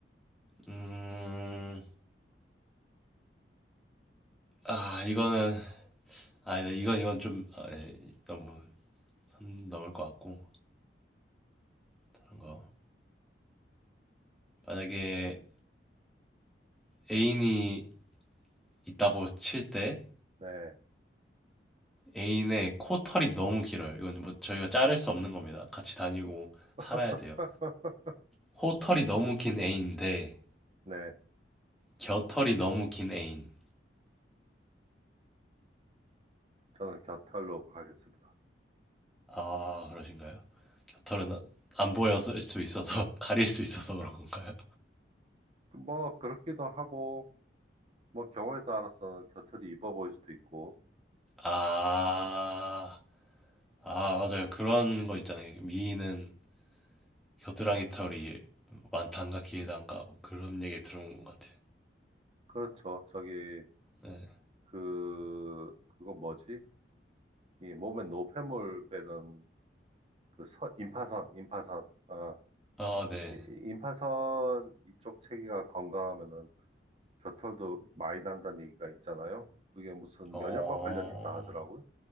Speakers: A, in the centre; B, on the right.
A: 음, 아 이거는 아, 네, 이건 이건 좀 아, 네, 너무 선 넘을 것 같고 다른 거. 만약에 애인이 있다고 칠 때
B: 네.
A: 애인의 코털이 너무 길어요. 이건 뭐 저희가 자를 수 없는 겁니다. 같이 다니고 살아야
B: <laughs>
A: 돼요. 코털이 너무 긴 애인데
B: 네.
A: 겨털이 너무 긴 애인.
B: 저는 겨털로 가겠습니다
A: 아, 그러신가요? 겨털은 안 보였을 수 있어서 <laughs> 가릴 수 있어서 그런 건가요?
B: 뭐, 그렇기도 하고, 뭐, 경우에 따라서는 겨털이 이뻐 보일 수도 있고,
A: 아, 아, 맞아요. 그런 거 있잖아요. 미인은 겨드랑이 털이 많단가 길단가 뭐 그런 얘기 들은 것 같아.
B: 그렇죠. 저기,
A: 네.
B: 그, 그거 뭐지? 이 몸에 노폐물 빼는 그 선, 임파선, 임파선. 어,
A: 아, 네.
B: 이- 이- 임파선 이쪽 체계가 건강하면은 겨털도 많이 난다는 얘기가 있잖아요. 그게 무슨
A: 어,
B: 면역과 관련이 있다 하더라고요.